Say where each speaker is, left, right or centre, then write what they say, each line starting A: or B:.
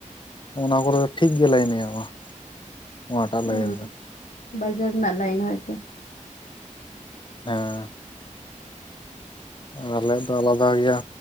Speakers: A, on the left; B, on the left.
A: ᱚᱱᱟ ᱠᱚᱨᱮ ᱫᱚ ᱴᱷᱤᱠ ᱜᱮ ᱞᱮᱭᱤᱱᱮ ᱮᱢᱟ ᱱᱚᱣᱟ ᱴᱟᱜ
B: ᱦᱩᱸ
A: ᱞᱟᱭᱤᱱ ᱫᱚ
B: ᱵᱟᱡᱟᱨ ᱱᱟᱜ ᱞᱟᱭᱤᱱ ᱦᱚᱭ ᱛᱚ
A: ᱦᱮᱸ ᱟᱨ ᱟᱞᱮᱭᱟᱜ ᱫᱚ ᱟᱞᱟᱫᱟ ᱜᱮᱭᱟ